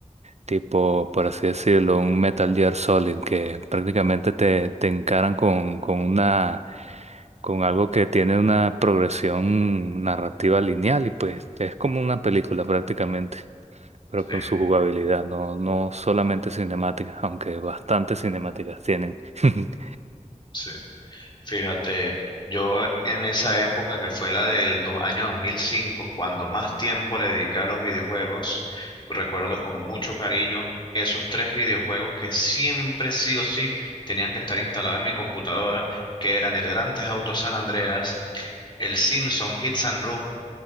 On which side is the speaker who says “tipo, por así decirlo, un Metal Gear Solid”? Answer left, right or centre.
Right